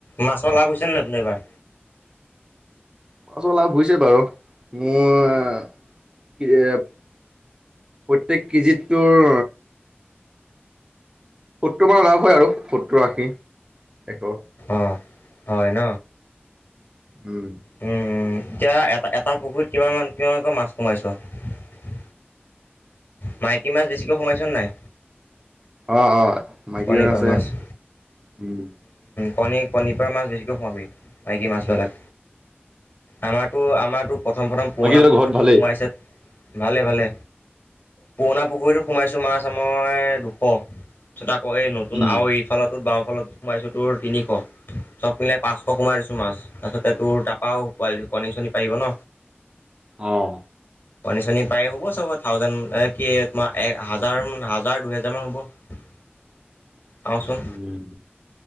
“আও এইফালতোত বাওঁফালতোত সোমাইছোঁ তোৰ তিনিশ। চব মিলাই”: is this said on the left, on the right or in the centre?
Left